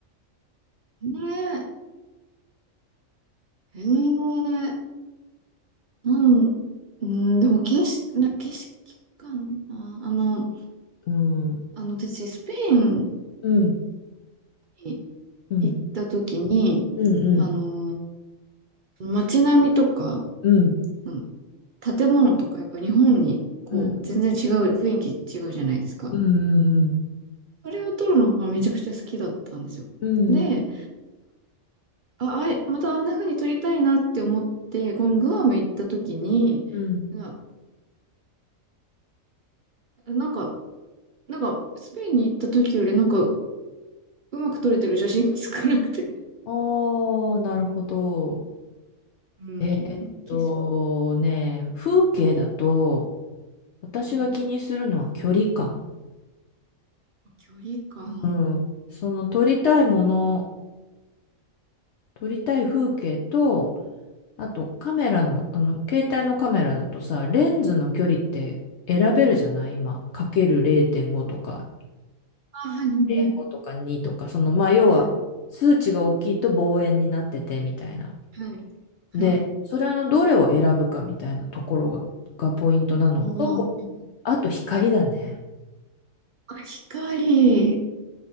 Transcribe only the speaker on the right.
うね。ええなん、うん、でも景色、な、景色かな。あの、
あの、私、スペイン
に
行った時に、
あの、街並みとか、
うん建物とか、やっぱ日本に、こう、
全然違う、雰囲気違うじゃないですか。
あれを撮るのがめちゃくちゃ好きだったんですよ。
で、あ、あい、またあんな風に撮りたいなって思って、このグアム行った時に、
な、なんか、なんか、スペインに行った時よりなんか、うまく撮れてる写真が少なくて
うん、
景色、
はい、距離感。
あ、はい、
はい、
はい、はい。
はい
おー、
あ、光。